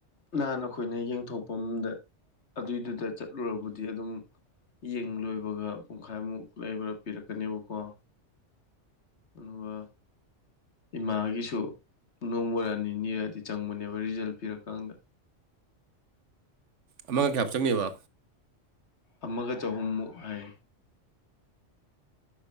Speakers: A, on the left (about 65°); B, on the right (about 75°).
A: ꯅꯍꯥꯟ ꯑꯩꯈꯣꯏꯅ ꯌꯦꯡꯊꯣꯛꯄ ꯑꯃꯗ ꯑꯗꯨꯏꯗꯨꯗ ꯆꯠꯂꯨꯔꯕꯗꯤ ꯑꯗꯨꯝ ꯌꯦꯡ ꯂꯣꯏꯕꯒ ꯄꯨꯡꯈꯥꯏꯃꯨꯛ ꯂꯩꯕ ꯄꯤꯔꯛꯀꯅꯦꯕꯀꯣ ꯑꯗꯨꯒ ꯏꯃꯥꯒꯤꯁꯨ ꯅꯣꯡꯃꯔ ꯅꯤꯅꯤꯔꯛꯗꯤ ꯆꯪꯕꯅꯦꯕ ꯔꯤꯖꯜ ꯄꯤꯔꯀꯥꯟꯗ
B: ꯑꯃꯒ ꯀꯌꯥ ꯍꯥꯞ ꯆꯪꯉꯦꯕ
A: ꯑꯃꯒ ꯆꯍꯨꯝꯃꯨꯛ ꯍꯥꯏ